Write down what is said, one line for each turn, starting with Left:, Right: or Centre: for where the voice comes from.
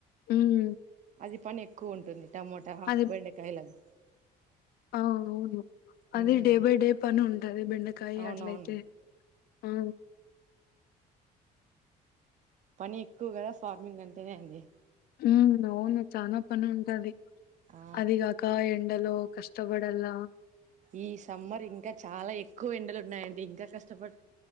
Left: హ్మ్
Right: అది పని ఎక్కువ ఉంటుంది టమోటా
Left: అది
Right: బెండకాయలు అవి
Left: ఆ అవును అది
Right: ఉమ్
Left: డే బై డే పని ఉంటది బెండకాయ
Right: అవునవును
Left: అట్లయితే ఆ
Right: పని ఎక్కువ కదా ఫార్మింగ్ అంటేనే అండీ
Left: ఉమ్ అవును చానా పని ఉంటాది
Right: ఆ
Left: అదిగాకా ఎం డలో కష్టపడలా
Right: ఈ సమ్మర్ ఇంకా చాలా ఎక్కువ ఎండలు ఉన్నాయండి ఇంకా కష్టపడి